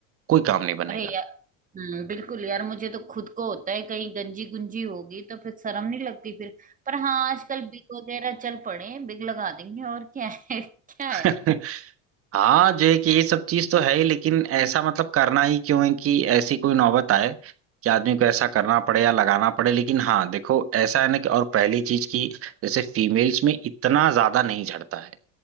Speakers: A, on the right; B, on the right.
A: कोई काम नहीं बनेगा
B: अरे यार हम्म बिल्कुल यार मुझे तो खुद को होता है कहीं गंजी गुंजी होगी तो फिर शर्म नहीं लगती फिर पर हाँ आजकल बिग वगैरह चल पड़े हैं, बिग लगा देंगे और क्या है <laughs> क्या
A: <laughs>
B: है
A: हाँ जो है कि ये सब चीज तो है ही लेकिन ऐसा मतलब करना ही क्यों है कि ऐसी कोई नौबत आए कि आदमी को ऐसा करना पड़े या लगाना पड़े लेकिन हाँ देखो ऐसा है ना कि और पहली चीज की जैसे फीमेल्स में इतना ज्यादा नहीं झड़ता है